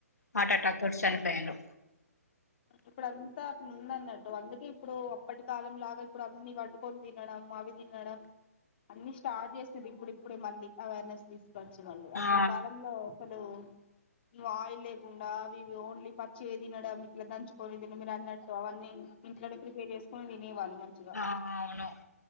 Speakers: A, on the left (about 80°); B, on the left (about 40°).
A: హార్టటెక్ తోటి చనిపోయాను
B: ఇప్పుడుంతా అ ఉంద అన్నట్టు అందుకే ఇప్పుడు అప్పటి కాలంలాగా ఇప్పుడు అన్ని వండుకొని తినడం. అవి తినడం అన్ని స్టార్ట్ చేసది ఇప్పుడిప్పుడు మళ్ళీ అవేర్నెస్ తీసుకొచ్చిమండి అప్పటి
A: ఆ
B: కాలంలో అసలు నువ్ ఆయిల్ లేకుండా అవివి ఓన్లీ పచ్చియె తినడం ఇట్లా దంచుకొని తను మీరు అన్నట్టు అవన్న ఇట్నే ప్రిపేర్ చేసుకుని తినేవాళ్ళు. మంచిగా
A: ఆ అవును